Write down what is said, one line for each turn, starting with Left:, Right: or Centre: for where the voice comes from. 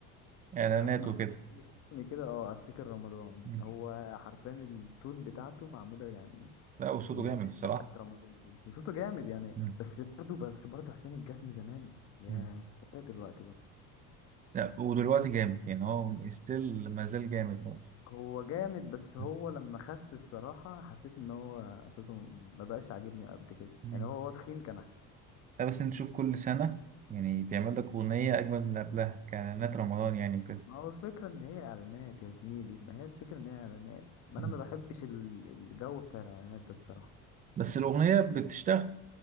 Right: إعلانات
Left: اسمع
Right: وكده
Left: اسمي كده اه افتكر رمضان
Right: مم.
Left: هو حرفيا التون بتاعته معموله يعني
Right: لا وصوته
Left: للحته
Right: جامد الصراحة
Left: بتاعت رمضان دي صوته جامد يعني
Right: مم.
Left: بس برضه بس برضه حسين الجسمي زمان ياه
Right: مم.
Left: ايه دلوقتي بقى
Right: لا ودلوقتي جامد يعني هو ستيل ما زال جامد برضه
Left: هو جامد بس هو
Right: مم.
Left: لما خس الصراحه حسيت ان هو صوته ما بقاش عاجبني قد كده
Right: مم.
Left: يعني هو هو تخين كان احسن
Right: لا بس أنت تشوف كل سنة يعني بيعمل لك أغنية أجمل من اللي قبلها كإعلانات رمضان يعني وكده
Left: ما هو الفكره ان هي اعلانات يا زميلي ما هي الفكره ان هي اعلانات ما
Right: مم.
Left: انا ما بحبش ال- الجو بتاع الاعلانات ده الصراحه
Right: بس الأغنية بتشتغل